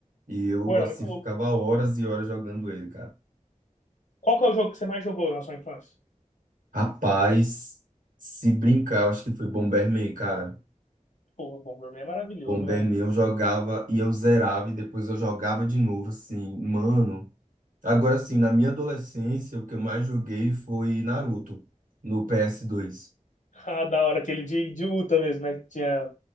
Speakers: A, on the right; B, on the left.
A: E eu,
B: Pô, era
A: assim,
B: muito louco.
A: ficava horas e horas jogando ele, cara.
B: Qual que é o jogo que você mais jogou na sua infância?
A: Rapaz, se brincar, eu acho que foi Bomberman, cara.
B: Pô, o Bomberman é maravilhoso,
A: Bomberman
B: né, mano? <laughs>
A: eu jogava e eu zerava e depois eu jogava de novo, assim, mano. Agora sim, na minha adolescência, o que eu mais joguei foi Naruto no PS2.
B: Ah, da hora, aquele de, de luta mesmo, né? Que tinha